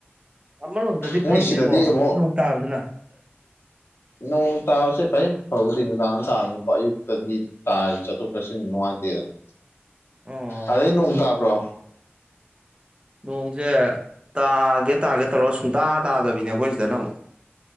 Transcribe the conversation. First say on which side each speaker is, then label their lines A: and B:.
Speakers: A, on the right (about 25°); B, on the left (about 70°).
A: ꯑꯃꯔꯣꯝꯗꯗꯤ
B: ꯃꯣꯏ
A: ꯐꯩꯅꯦꯀꯣ
B: ꯁꯤꯗꯗꯤ ꯑꯃꯨꯛ
A: ꯅꯣꯡ ꯇꯥꯕꯗꯨꯅ
B: ꯅꯣꯡ ꯇꯥꯕꯁꯦ ꯐꯩ ꯐꯕꯗꯤ ꯅꯨꯡꯗꯥꯡ ꯇꯥꯕꯅꯤꯀꯣ ꯑꯌꯨꯛꯇꯗꯤ ꯇꯥꯔꯗꯤ ꯆꯠꯇꯊꯣꯛ ꯆꯁꯤ ꯅꯨꯡꯉꯥꯏ ꯠꯇꯦꯗꯅ
A: ꯑꯣ
B: ꯑꯗꯩ ꯅꯣꯡ ꯇꯥꯕ꯭ꯔꯣ
A: ꯅꯣꯡꯁꯦ ꯇꯥꯒꯦ ꯇꯥꯒꯦ ꯇꯧꯔ ꯁꯨꯡꯇꯥ ꯇꯥꯗꯕꯤꯅꯦ ꯑꯩꯈꯣꯏ ꯁꯤꯗꯅ ꯑꯃꯨꯛ